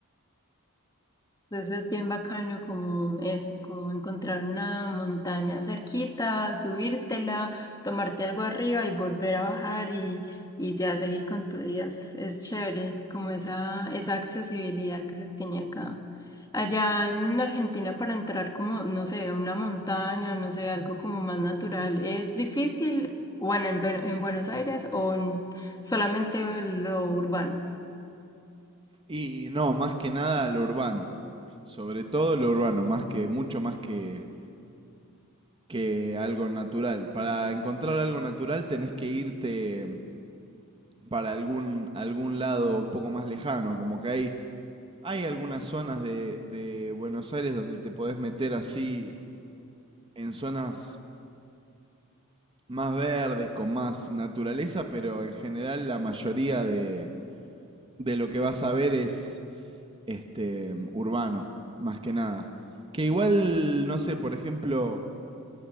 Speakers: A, on the left (about 15°); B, on the right (about 25°).
A: Entonces es bien bacano como eso, como encontrar una montaña cerquita, subírtela, tomarte algo arriba y volver a bajar y, y ya seguir con tu día. Es, es chévere, como esa, esa accesibilidad que se tiene acá. Allá en Argentina para entrar como, no sé, a una montaña, no sé, algo como más natural, ¿es difícil? Bueno, en, Bu- en Buenos Aires o en solamente lo urbano.
B: Y no, más que nada lo urbano. Sobre todo lo urbano, más que, mucho más que, que algo natural. Para encontrar algo natural tenés que irte para algún, algún lado un poco más lejano. Como que hay, hay algunas zonas de, de Buenos Aires donde te podés meter así en zonas más verdes, con más naturaleza, pero en general la mayoría de, de lo que vas a ver es este, urbano, más que nada. Que igual, no sé, por ejemplo,